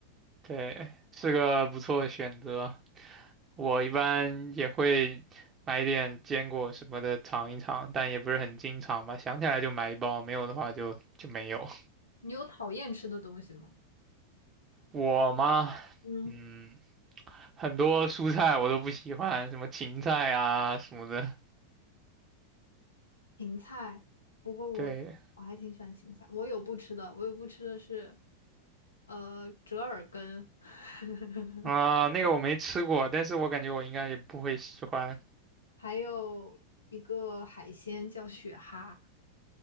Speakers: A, on the right; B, on the left.
A: 对，是个不错的选择。我一般也会买一点坚果什么的尝一尝，但也不是很经常吧。想起来就买一包，没有的话就就没有。
B: 你有讨厌吃的东西吗？
A: 我嘛，
B: 嗯。
A: 嗯，很多蔬菜我都不喜欢，什么芹菜啊什么的。
B: 芹菜，不过我我还挺喜欢芹菜。
A: 对
B: 我有不吃的，我有不吃的是，呃，折耳根，<laughs>
A: 啊，那个我没吃过，但是我感觉我应该也不会喜欢。
B: 还有一个海鲜叫雪蛤。